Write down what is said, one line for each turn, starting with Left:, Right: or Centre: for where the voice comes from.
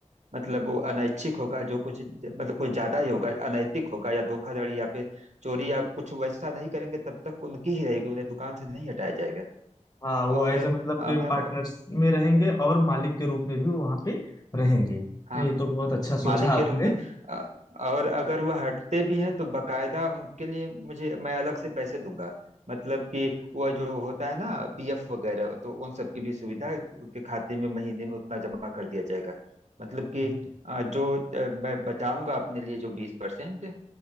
Right: मतलब वो अनैच्छिक होगा जो कुछ मतलब कुछ ज्यादा ही होगा अनैतिक होगा या धोखाधड़ी या फिर चोरी या कुछ वैसा नहीं करेंगे तब तक उनकी ही रहेगी उन्हें दुकान से नहीं हटाया जाएगा
Left: हाँ वो
Right: और
Left: एज अ मतलब
Right: अ,
Left: के
Right: मैं
Left: पार्टनर्स में रहेंगे और मालिक के रूप में भी वहाँ पे रहेंगे
Right: हाँ
Left: नहीं ये तो बहुत अच्छा सोचा
Right: मालिक
Left: आपने
Right: के रूप में अ, और अगर वह हटते भी हैं तो बकायदा उनके लिए मुझे मैं अलग से पैसे दूंगा मतलब कि वह जो होता है ना पीएफ वगैरह तो उन सब की भी सुविधा उनके खाते में महीने में उतना जमा कर दिया जाएगा मतलब कि
Left: <laughs>
Right: अ, जो अ, मैं बचाऊंगा अपने लिए जो बीस परसेंट